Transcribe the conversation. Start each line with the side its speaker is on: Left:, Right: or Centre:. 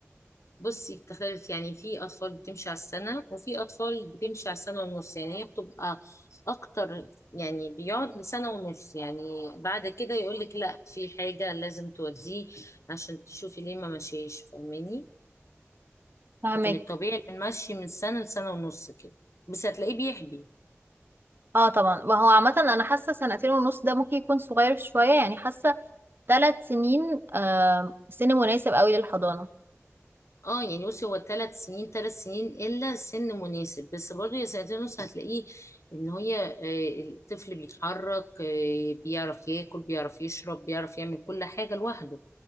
Left: بصي بتختلف يعني في أطفال بتمشي على السنة وفي أطفال بتمشي على السنة ونص يعني هي بتبقى أكتر يعني بيقعد لسنة ونص يعني بعد كده يقولك لأ في حاجة لازم توديه عشان تشوفي ليه ما مشيش فاهماني
Right: فاهمك
Left: لكن الطبيعي إن المشي من سنة لسنة ونص كده بس هتلاقيه بيحبي
Right: اه طبعا وهو عامة انا حاسة سنتين ونص ده ممكن يكون صغير شوية يعني حاسة ثلاث سنين آه سن مناسب قوي للحضانة
Left: اه يعني بصي هو ثلاث سنين ثلاث سنين الا سن مناسب بس برضه يا سنتين ونص هتلاقيه ان هي آه، الطفل بيتحرك آه، بيعرف ياكل بيعرف يشرب بيعرف يعمل كل حاجه لوحده